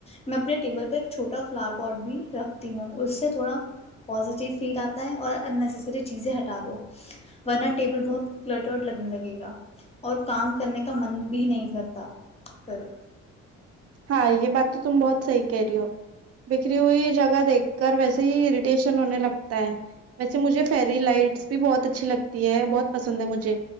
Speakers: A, on the left; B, on the right.
A: میں اپنے ٹیبل پہ ایک چھوٹا فلور پاٹ بھی رکھتی ہوں اس سے تھوڑا پزیٹیو فیل آتا ہے اور اننیسری چیزیں ہٹا دو ورنہ ٹیبل بہت کلٹ لگنے لگے گا اور کام کرنے کا من بھی نہیں کرتا پ <unintelligible>
B: ہاں یہ بات تو تم بہت صحیح کہہ رہی ہو بکھری ہوئی جگہ دیکھ کر ویسے ہی اریٹیشن ہونے لگتا ہے ویسے مجھے فیری لائٹس بھی بہت اچھی لگتی ہے بہت پسند ہے مجھے